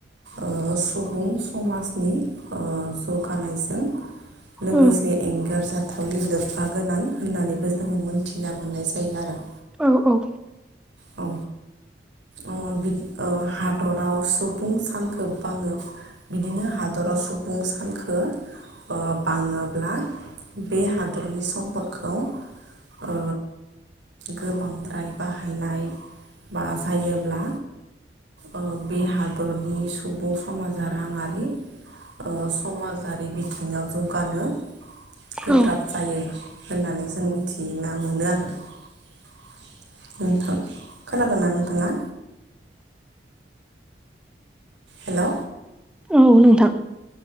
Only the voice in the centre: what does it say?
औ
औ औ
औ
उ नोंथां